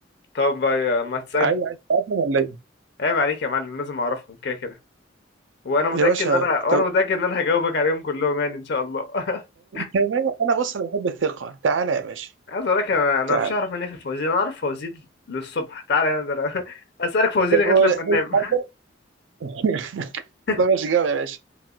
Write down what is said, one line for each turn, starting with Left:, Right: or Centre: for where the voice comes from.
Left: طب يا- ما تسألني
Right: عايز عايز تعرفهم ولا ايه
Left: عيب عليك يا معلم لازم اعرفهم كده كده وانا متأكد
Right: يا باشا
Left: ان انا وانا
Right: طب
Left: متأكد ان انا هجاوبك عليهم كلهم يعني ان شاء الله <laughs>
Right: كمان انا بص انا بحب الثقه تعالى يا باشا
Left: عايز اقول لك انا انا
Right: تعالى
Left: مفيش اعرف مني في الفوازير انا اعرف فوازير للصبح تعالى هنا ده انا <laughs> اسألك فوازير
Right: طب
Left: لغاية
Right: قول
Left: لما
Right: إيه
Left: انام
Right: الحاجه <laughs>
Left: <laughs>
Right: طب ماشي جاوب يا باشا